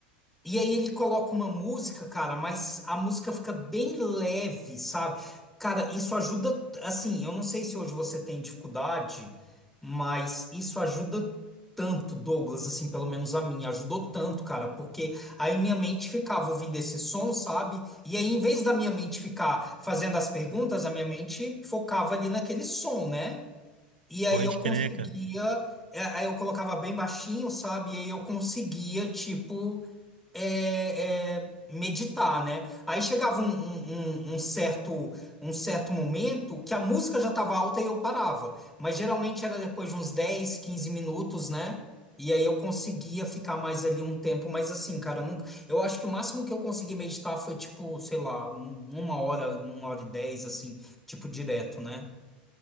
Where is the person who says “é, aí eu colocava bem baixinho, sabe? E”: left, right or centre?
Centre